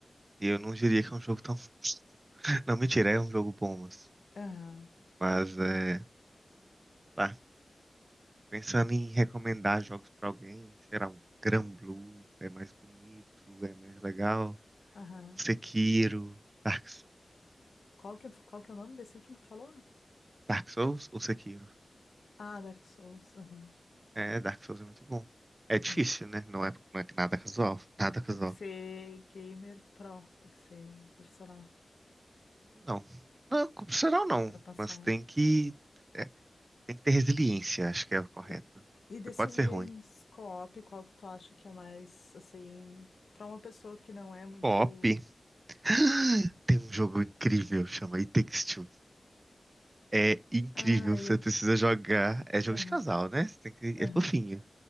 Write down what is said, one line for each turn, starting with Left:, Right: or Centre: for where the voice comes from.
Right: E eu não diria que é um jogo tão... <laughs> Não, mentira, é um jogo bom, mas...
Left: Aham.
Right: Mas, é... lá, Pensando em recomendar jogos pra alguém, será um Granblue, é mais bonito, é mais legal.
Left: Aham.
Right: Sekiro, Dark, Sou-
Left: Qual que, é- qual que é o nome desse último que tu falou?
Right: Dark Souls ou Sekiro?
Left: Ah, Dark Souls. Aham.
Right: É, Dark Souls é muito bom. É difícil,
Left: Aham.
Right: né? Não é, não é nada casual, nada casual.
Left: Tem que ser gamer pro, tem que ser profissional
Right: Não, não, profissional não,
Left: pra passar.
Right: mas tem que, é, tem que ter resiliência,
Left: Ah.
Right: acho que é o correto.
Left: E, e desses
Right: Você pode ser
Left: games
Right: ruim.
Left: co-op, qual que tu acha que é mais, assim, pra uma pessoa que não é muito.
Right: Pop. <gasps> Tem um jogo incrível, chama It Takes Two. É incrível,
Left: Ah,
Right: você precisa jogar. É jogo
Left: aham,
Right: de casal, né? Você tem que...
Left: aham,
Right: É fofinho.